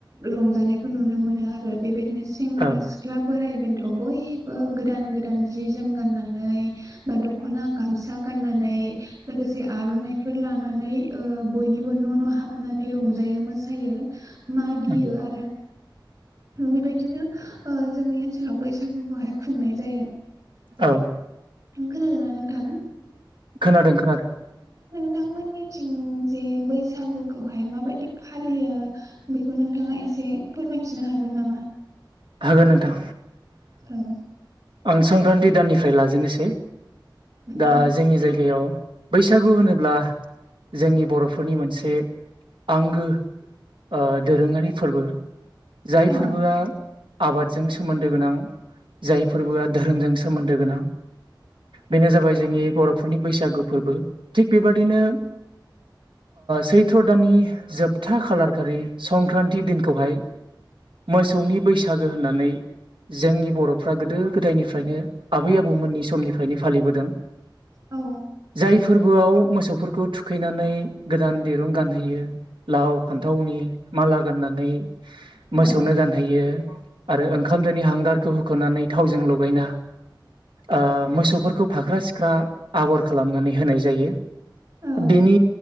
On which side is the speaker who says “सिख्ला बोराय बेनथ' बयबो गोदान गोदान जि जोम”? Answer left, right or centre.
Right